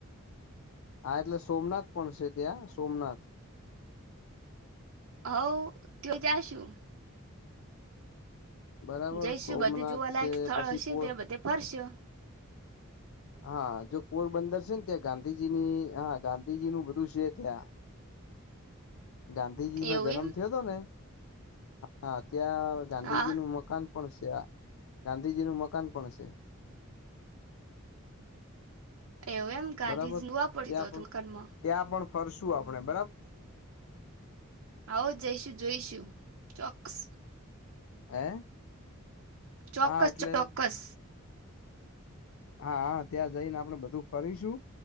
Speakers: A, on the left (about 70°); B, on the right (about 70°).
A: હા એટલે સોમનાથ પણ છે ત્યાં સોમનાથ.
B: હ ત્યાં જાશું.
A: બરાબર
B: જઈશું
A: સોમનાથ
B: બધું જોવાલાયક
A: છે
B: સ્થળ
A: પછી
B: હશે
A: પોર
B: તે બધે ફરશે.
A: હા જો પોરબંદર છે ને ત્યાં ગા ગાંધીજીની હા ગાંધીજી નું બધું છે ત્યાં. ગાંધીજી નો
B: એવું
A: જન્મ
B: એમ
A: થયો હતો ને, હ ત્યાં ગાંધીજી
B: હા
A: નું મકાન પણ છે ગાંધીજી નું મકાન પણ છે.
B: એવું એમ ગાંધીજી
A: બરાબર
B: ન વાપરતો
A: ત્યાં
B: હતો
A: પણ
B: મકનમાં.
A: ત્યાં પણ ફરશું આપડે.
B: આવો જઈશું જોઈશુ ચોક્સ.
A: હે?
B: ચોક્કસ
A: હા એટલે
B: ચોક્કસ.
A: હા ત્યાં જઈને આપણેે બધું ફરીશું.